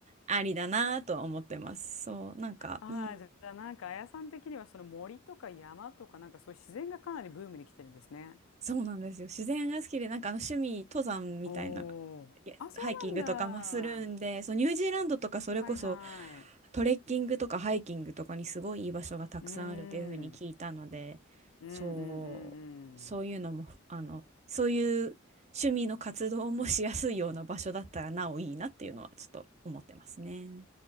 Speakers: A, on the right (about 35°); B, on the left (about 80°).
A: ありだなとは思ってます。そう、なんか、
B: ああ、
A: うん、
B: じゃあなんか、あやさん的にはその森とか山とか、なんかそういう自然がかなりブームに来てるんですね。
A: そうなんですよ。自然が好きで、なんかあの趣味、登山みたいな、
B: おお。
A: いやハイキングとかもするんで、
B: あ、そうなんだ。
A: そう、ニュージーランドとかそれこそ
B: はいはい。
A: トレッキングとかハイキングとかにすごいいい場所がたくさんあるというふうに聞いたので、
B: うん。うんうんうんうん。
A: そう、そういうのも、あの、そういう趣味の活動もしやすいような場所だったらなおいいなっていうのはちょっと思ってますね。